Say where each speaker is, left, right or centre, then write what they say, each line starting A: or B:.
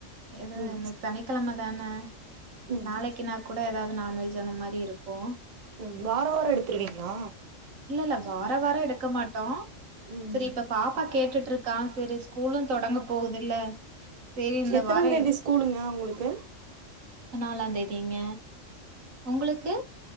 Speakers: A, on the right (about 85°); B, on the right (about 40°).
A: எது
B: ம்
A: இன்னிக் சனி கெழமதான
B: ம் ம்
A: நாளைக்கின்னா கூட எதாது நான்வெஜ் அந்தமாரி இருக்கு
B: ம் வாரோ வாரோ எடுத்துருவீங்ளா
A: இல்லல்ல வாரோ வாரோ எடுக்க மாட்டோ
B: ம்
A: செரி இப்ப பாப் பா கேட்டுட்ருக்கா செரி ஸ்கூலு தொடங்க போகுதுல்ல சரி இந்த
B: எத்தனாந்
A: வாரோ
B: தேதி
A: எடு
B: ஸ்கூலுங்க அவுங்களுக்கு
A: நாலாந்தேதிங்க ஒங்குளுக்கு